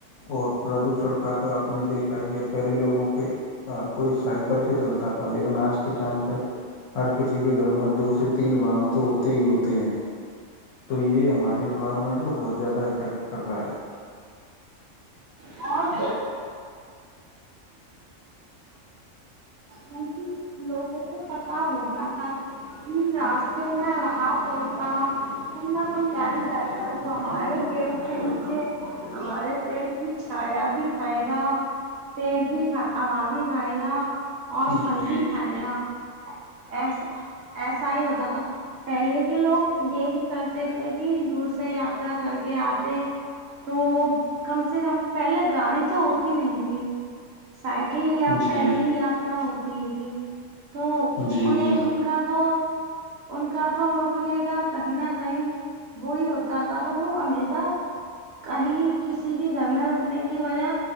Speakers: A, on the left; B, on the right.
A: اور پردوشن کا تو آپ نے دیکھا ہی ہے پہلے لوگوں پہ اور کوئی سائیکل سے چلتا تھا لیکن آج کے ٹائم پہ ہر کسی کے گھر میں دو سے تین باندھ تو ہوتے ہی ہوتے ہیں تو یہ ہمارے انوائرمنٹ کو بہت زیادہ افیکٹ کر رہا ہے
B: <unintelligible> کیونکہ لوگوں کو پتا ہوتا تھا ہ اسےین ہلیتا کو نہ کوئی جاری جائے گ تو ہمارے پیڑ کے نیچے ہمارے پیڑ ک چھایا بھی کھائے گا پیڑ بھی ہا بھی کھائے گا
A: ہے
B: اور پھل
A: جی
B: بھی
A: جی
B: کھائے گا ایسا ایسا ہی ہوتا تھا پہلے کے لوگ یہی کرتے تھے کہ دور سے یاترا کر کے آتے تو وہ کم سے ک پہلے گاڑی تو ہوتی نہیں تھی سائیکل ل یا
A: جی
B: پیدل ل یا ہوتی تھی تو
A: جی
B: انیں
A: جی
B: ان کا تو ان کا تو رکنے کا کہیں نہ کہیں وہی ہوتا تھا تو وہ ہمیشہ کہیں کسی کے گھر میں رکنے کی وجہ